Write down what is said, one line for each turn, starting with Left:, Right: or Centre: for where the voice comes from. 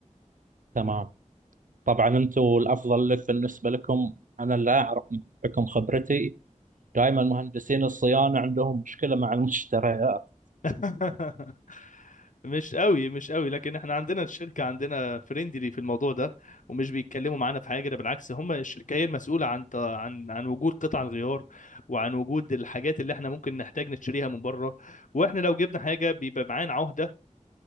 Right: تمام طبعا انتم الافضل لك بالنسبه لكم انا لا اعرف بحكم خبرتي دائما مهندسين الصيانه عندهم مشكله مع المشتريات
Left: <laughs> مش قوي مش قوي لكن احنا عندنا الشركه عندنا فريندلي في الموضوع ده ومش بيتكلموا معانا في حاجه ده بالعكس هم الشركه هي المسؤوله عن عن عن وجود قطع الغيار وعن وجود الحاجات اللي احنا ممكن نحتاج نشتريها من بره واحنا لو جبنا حاجه بيبقى معانا عهده